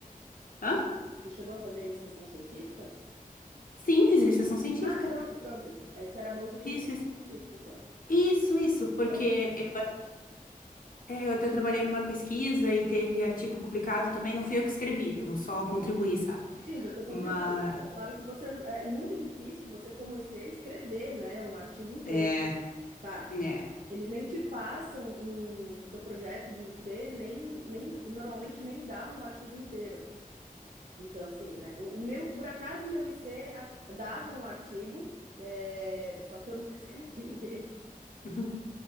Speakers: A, on the left (about 70°); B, on the right (about 60°).
A: Hã?
B: Você chegou a fazer a iniciação científica?
A: Sim, fiz iniciação científica.
B: Ah, pronto, pronto. Essa era a bolsa de
A: Fiz,
B: iniciação
A: fiz.
B: científica, então.
A: Isso, isso, porque
B: Era um pedido.
A: eu É, eu até trabalhei numa pesquisa e teve artigo publicado também. Não fui eu que escrevi, eu só contribuí, sabe?
B: Sim, você contribui.
A: Mas.
B: É claro que você é é muito difícil você como IC escrever, né, um artigo inteiro.
A: É.
B: Pá,
A: Né.
B: eles nem te passam um seu projeto de IC, nem, nem normalmente nem dá um artigo inteiro. Então, assim, né, o, o meu, por acaso o meu IC a- dava um artigo, é, só que eu nunca <laughs> escrevi ele.
A: Uhum,